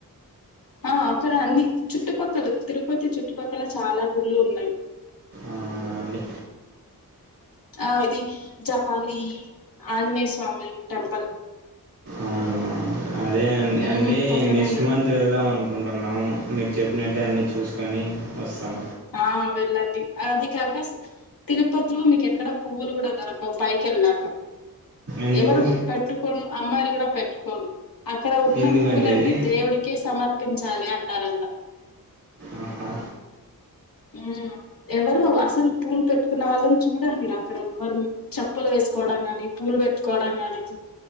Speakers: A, on the left; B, on the right.
A: ఆ అక్కడ అన్ని చుట్టుపక్కల తిరుపతి చుట్టుపక్కల చాలా గుళ్ళు ఉన్నయి
B: అవునా అండి
A: ఆ ఇది జపాలి ఆంజనేయ స్వామి టెంపల్
B: అవునా అదే అం
A: ఉమ్
B: అంటే
A: పక్కనే
B: నెక్స్ట్
A: ఉన్నది
B: మంత్ వెళ్దాం అను కుంటున్నాం మీరు చెప్పినట్టే అన్నీ చూసుకొని వస్తాం
A: ఆ వెళ్ళండి అది కాక స్ తిరుపతిలో మీకెక్కడ పువ్వులు కూడా దొరకవు పైకెళ్ళాక
B: ఎందుకు
A: ఎవరు పెట్టుకోను అమ్మాయిలు కూడా పెట్కోరు అక్కడ ఉన్న
B: ఎందుకండి
A: పూలన్నీ
B: ఇది
A: దేవుడికే సమర్ పించాలి అంటారంట
B: ఆహా
A: ఉ ఎవరు అసలు పూలు పెట్టుకున్న వాళ్ళని చూడరు మీరు అక్కడ ఎవరు చెప్పులు వేసుకోవడం కాని పూలు పెట్టుకోవడం గాని